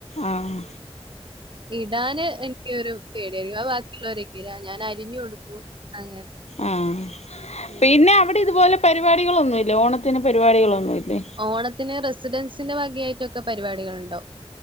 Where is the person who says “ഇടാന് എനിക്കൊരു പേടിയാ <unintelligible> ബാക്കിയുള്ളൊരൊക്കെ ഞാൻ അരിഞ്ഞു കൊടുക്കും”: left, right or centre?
Right